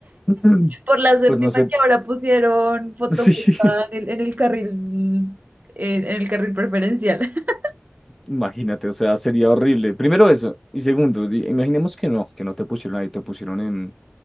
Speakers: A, in the centre; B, on the right.
A: <clears throat>
B: Por la séptima
A: Pues no sé,
B: que ahora pusieron foto
A: <laughs> sí,
B: en el, en el carril, en, en el carril preferencial. <laughs>
A: imagínate, o sea, sería horrible. Primero eso, y segundo, di- imaginemos que no, que no te pusieron ahí, te pusieron en